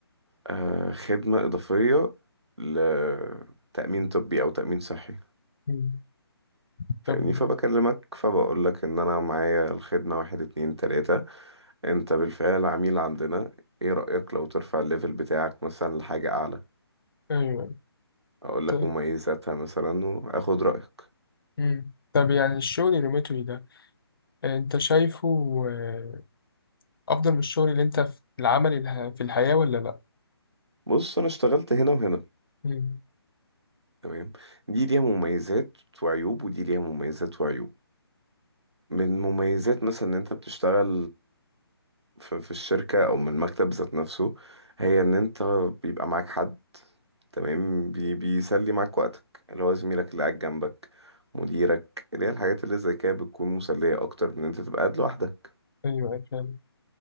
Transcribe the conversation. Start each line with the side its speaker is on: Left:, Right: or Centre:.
Right: آه، خدمة إضافية لتأمين طبي أو تأمين صحي
Left: مم.
Right: فاهمني
Left: طب
Right: فبكلمك فبقولك إن أنا معايا الخدمة واحد اتنين تلاتة أنت بالفعل عميل عندنا إيه رأيك لو ترفع الليفل بتاعك مثلا لحاجة أعلى
Left: ايوه
Right: أقولك
Left: ط-
Right: مميزاتها مثلا وآخد رأيك
Left: مم. طب يعني الشغل الريموتلي ده آه، انت شايفه آه، افضل من الشغل اللي انت في العمل اله- في الحياة ولا لا
Right: بص أنا اشتغلت هنا وهنا
Left: مم.
Right: تمام دي ليها مميزات وعيوب ودي ليها مميزات وعيوب من مميزات مثلا ان انت بتشتغل في في الشركة او من المكتب ذات نفسه هي ان انت بيبقى معاك حد تمام بي بيسلي معاك وقتك اللي هو زميلك اللي قاعد جنبك مديرك اللي هي الحاجات اللي زي كده بتكون مسلية اكتر من ان انت تبقى قاعد لوحدك
Left: ايوه أيوة فعلا